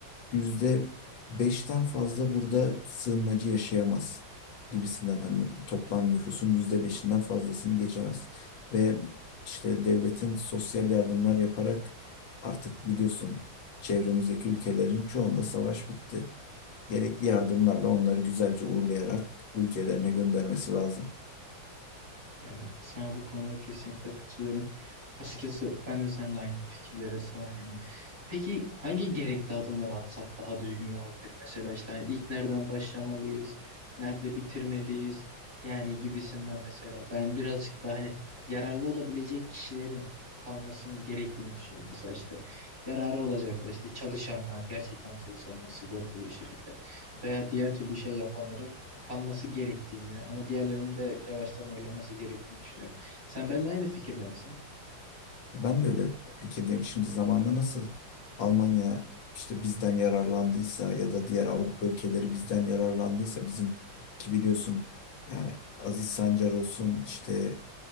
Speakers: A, on the left; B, on the right.
A: yüzde beşten fazla burada sığınmacı yaşayamaz gibisinden hani toplam nüfusun yüzde beşinden fazlasını geçemez. Ve işte devletin sosyal yardımlar yaparak artık biliyorsun çevremizdeki ülkelerin çoğunda savaş bitti. Gerekli yardımlarla onları güzelce uğurlayarak ülkelerine göndermesi lazım.
B: Yani sana bu konuda kesinlikle katılıyorum. Açıkçası ben de seninle aynı fikirlere sahibim. Peki hangi gerekli adımları atsak daha düzgün olabilir? Mesela işte hani ilk nereden başlamalıyız, nerede bitirmeliyiz yani gibisinden mesela. Ben birazcık daha hani yararlı olabilecek kişilerin kalmasının gerektiğini düşünüyorum. Mesela işte yararı olacaklar işte çalışanlar, gerçekten çalışanlar sigortalı bir şekilde veya diğer türlü şey yapanların kalması gerektiğini ama diğerlerinin de evet yavaştan horlaması gerektiğini düşünüyorum. Sen benimle aynı fikirde misin?
A: Ben de öyle fikirdeyim. Şimdi zamanda nasıl Almanya işte bizden yararlandıysa ya da diğer Avrupa ülkeleri bizden yararlandıysa bizim ki biliyorsun yani Aziz Sancar olsun işte